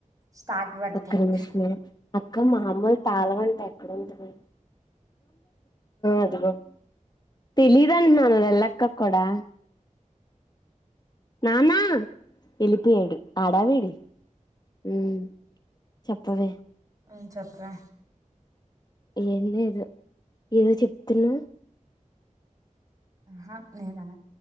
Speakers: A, on the right; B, on the left.
A: స్టార్ట్ వర్కింగ్
B: ఒక్క నిమిషమే అక్క మామూలు తాళవంట ఎక్కడంటుంది అది తెలీదుండి మన వెళ్ళక్క కూడాడా నానా వెలిిపోయాడు ఆడావిడి ఉ చెప్పద
A: అ చెత్రే
B: ఏంది ఏదో ఏదో చెప్తున్నా
A: ఆహా నేను